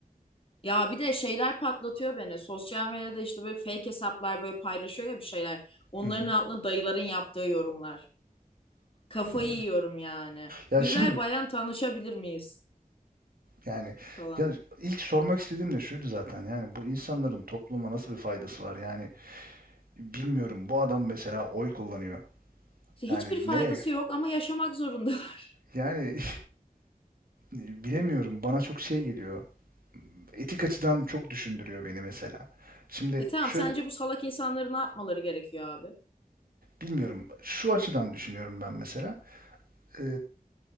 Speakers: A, on the left; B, on the right.
A: Ya bir de şeyler patlatıyor beni. Sosyal medyada işte böyle fake hesaplar böyle paylaşıyor ya bir şeyler. Onların
B: Hı hı.
A: altına dayıların yaptığı yorumlar. Kafayı
B: Yani.
A: yiyorum yani.
B: Ya
A: Güzel
B: şimdi
A: bayan tanışabilir miyiz
B: yani
A: falan.
B: ya ilk sormak istediğim de şuydu zaten. Yani bu insanların topluma nasıl bir faydası var? Yani bilmiyorum. Bu adam mesela oy kullanıyor.
A: İşte
B: Yani
A: hiçbir faydası
B: ne?
A: yok ama yaşamak zorundalar. <laughs>
B: Yani <laughs> bilemiyorum. Bana çok şey geliyor. etik açıdan çok düşündürüyor beni mesela. Şimdi
A: E tamam
B: şöyle
A: sence bu salak insanları ne yapmaları gerekiyor abi?
B: bilmiyorum. Şu açıdan düşünüyorum ben mesela. Ee,